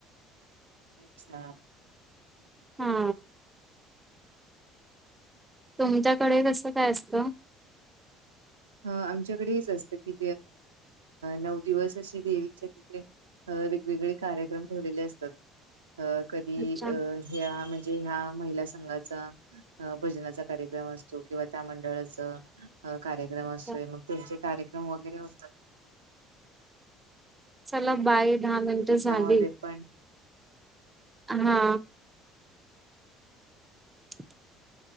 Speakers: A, on the right; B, on the right.
A: अच्छा
B: हा तुमच्याकडे कसं काय असतं?
A: ह आमच्याकडे हेच असतं की नऊ दिवस असे देवीच्या तिथे अ वेगवेगळे कार्यक्रम ठेवलेले असतात अ कधी
B: अच्छा
A: अ ह्या म्हणजे ह्या महिला संघाचा, भजनाचा कार्यक्रम असतो. किंवा त्या मंडळाच कार्यक्रम
B: अच्छा.
A: असतोय, मग त्यांचे कार्यक्रम वगैरे होतात.
B: चला बाय दहा मिनिटं
A: त्याच्यामध्ये
B: झाली.
A: पण
B: हा <unintelligible>